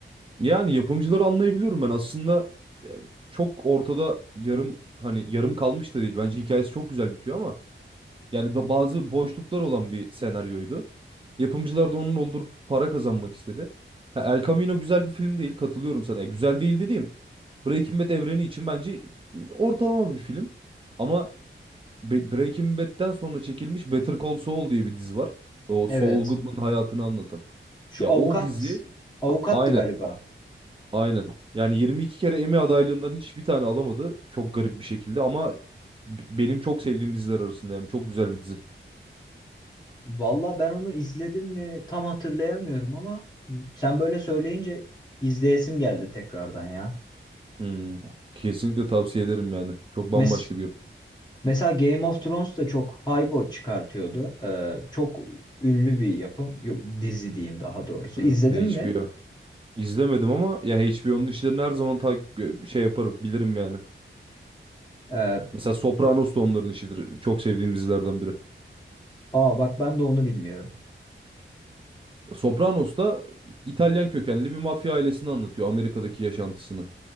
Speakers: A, on the right (about 25°); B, on the left (about 20°).
A: Yani yapımcıları anlayabiliyorum ben aslında e, çok ortada yarım hani yarım kalmış da değil. Bence hikayesi çok güzel bitiyor ama yani ba- bazı boşluklar olan bir senaryoydu. Yapımcılar da onun doldurup para kazanmak istedi. Ha, El Camino güzel bir film değil katılıyorum sana. Ya güzel değil dediğim Breaking Bad evreni için bence ortalama bir film. Ama Be- Breaking Bad'den sonra çekilmiş Better Call Saul diye bir dizi var. O
B: Evet.
A: Saul Goodman'ın hayatını anlatan.
B: Şu
A: Ya
B: avukat,
A: o dizi
B: avukattı
A: aynen
B: galiba.
A: Aynen. Yani 22 kere Emmy adaylığından hiçbir tane alamadı. Çok garip bir şekilde ama b- benim çok sevdiğim diziler arasında yani çok güzel bir dizi.
B: Valla ben onu izledim mi tam hatırlayamıyorum ama sen böyle söyleyince izleyesim geldi tekrardan ya.
A: Hmm. Kesinlikle tavsiye ederim yani. Çok bambaşka
B: Mes
A: bir yapı.
B: Mesela Game of Thrones da çok haybo çıkartıyordu. Ee, çok ünlü bir yapım. Yo- Dizi diyeyim daha doğrusu.
A: Evet,
B: İzledin
A: HBO.
B: mi?
A: İzlemedim ama ya HBO'nun işlerini her zaman takip şey yaparım, bilirim yani.
B: Ee,
A: Mesela Sopranos da onların işidir. Çok sevdiğim dizilerden biri.
B: aa bak ben de onu bilmiyorum.
A: Sopranos da İtalyan kökenli bir mafya ailesini anlatıyor Amerika'daki yaşantısını.